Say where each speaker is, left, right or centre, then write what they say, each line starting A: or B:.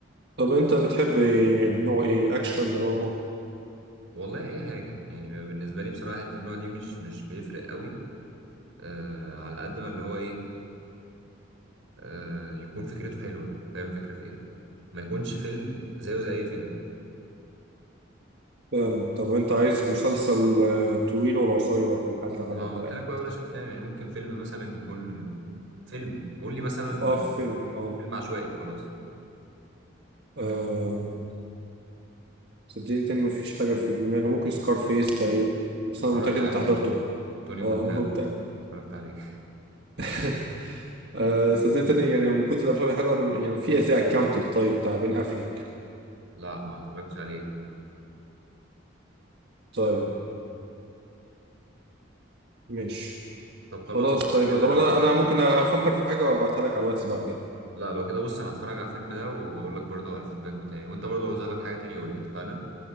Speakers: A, on the right (about 55°); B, on the right (about 80°).
A: طب انت بتحب نوع ايه اكشن دراما
B: والله اي حاجه يعني بالنسبه لي بصراحه حتة النوع دي مش مش بيفرق قوي آه على قد ما اللي هو ايه آه يكون فكرته حلوه فاهم الفكره في ايه ما يكونش فيلم زيه زي اي فيلم
A: فاهم طب انت عايز مسلسل آه، طويل ولا قصير من حد عدد
B: ما
A: الحلقات
B: قلت لك بقى بلاش افلام يعني ممكن فيلم مثلا يكون فيلم قول لي مثلا
A: اه فيلم اه
B: فيلم عشوائي وخلاص
A: آه. صدقني تاني مفيش حاجة في دماغي ممكن سكار فيس طيب بس
B: اتفرجت
A: أنا متأكد
B: عليه
A: أنت حضرته
B: توني مونتانا
A: اه أنا متأكد
B: اتفرجت عليه
A: <laughs> آه، صدقني تاني يعني من كتر الأفلام الحلوة أنا يعني في زي أكاونتد طيب بتاع بين أفليك
B: <laughs> لا ما اتفرجتش عليه
A: طيب ماشي
B: طب خلاص
A: خلاص
B: لو
A: طيب
B: كده
A: طب أنا أنا ممكن أفكر في حاجة وأبعتها لك على الواتس بعد كده
B: لا لو كده بص انا هتفرج على الفيلم ده واقول لك برضو على الفيدباك بتاعي وانت برضو لو لك حاجه تانية قول لي اتفقنا